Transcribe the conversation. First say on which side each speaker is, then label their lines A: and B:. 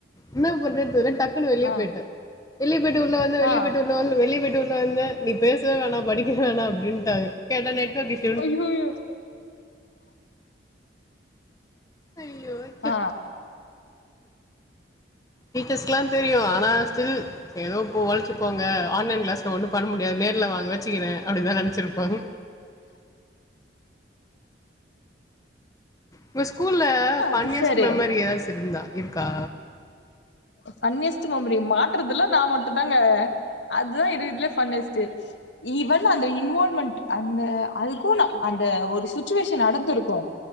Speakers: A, on the left; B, on the left.
A: என்னா பண்றது தெர்ல டக்குனு வெளிய
B: ஆ
A: போயிட்ட வெளியே போய்ட்டு உள்ள வந்தே வெளியே
B: ஆ
A: போய்ட்டு உள்ள வந்தே வெளியே போய்ட்டு உள்ள வந்தே நீ பேசவே வேணா படிக்கவே வேணா அப்டின்ட்டாங்க கேட்டா நெட்டுவொர்க் இஷ்யூ
B: ஐயோய்யோ
A: ஐயோ ஐ
B: ஆ
A: டீச்சர்ஸ்கெல்லா தெரியு ஆனா ஸ்டில் ஏதோ போழச்சி போங்க ஆன்லைன் கிளாஸ்ல ஒன்னு பண்ண முடியாது நேர்ல வாங்க வெச்சிக்கிறே அப்டிதா நெனச்சிர்ப்பாங் உங்க ஸ்கூல்ல ஃபன்னியஸ்ட்
B: அது சரி
A: மெமரி எதாசுயிருந்தா இருக்கா
B: ஃபன்னியஸ்ட்டு மெம்ரி மாட்றதுல்லா நா மட்டுதாங்க அதுதா இருகதுலே ஃபன்னியஸ்ட்டு ஈவன் அந்த இன்வால்மென்ட் அந்த அதுகோ நா அந்த ஒரு சுச்சிவேஷன் நடந்திருக்கு